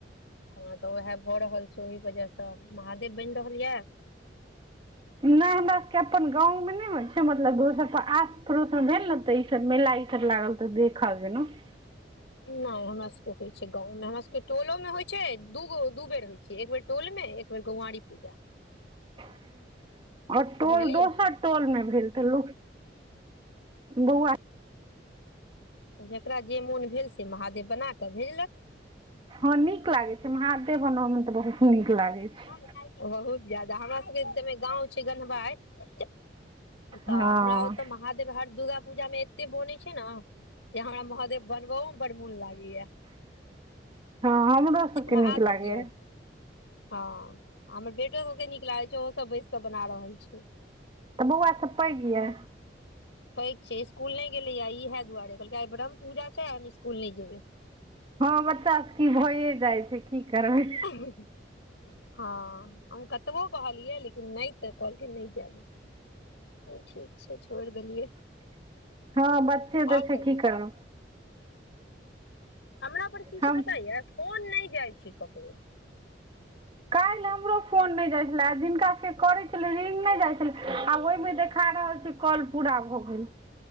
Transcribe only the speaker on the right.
नै हमरा सबके अपन गाँवमे नै होइ छै, मतलब दोसरके आस पड़ोस मे भेल न तऽ ई सब मेला ई सब लागल तऽ देखऽ गेलौं। <inaudible>
<inaudible> और टोल
दोसर टोल मे भेल तऽ लोक <inaudible> बौआ
हँ नीक लागै छै, महादेव बनब में तऽ बहुत नीक लागै छै
हँ
<inaudible> हँ, हमरो सबके
नीक
लागैया।
तऽ बौआ सब पैग यै।
हँ बच्चा सब की ई भैए जाइ छै, की करबै?
हँ बच्चे तऽ
छै
की करबै?
हम
काल्हि हमरो फोन नै जाइ छला आ जिनका सभके करै छलै रिंग नै जाइ छलै आ ओहिमे देखा रहल छै काल पूरा भऽ गेल।